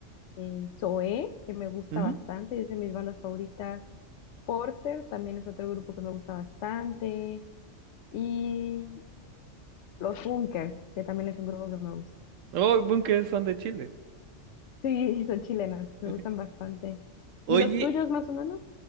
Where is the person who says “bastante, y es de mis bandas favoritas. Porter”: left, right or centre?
Left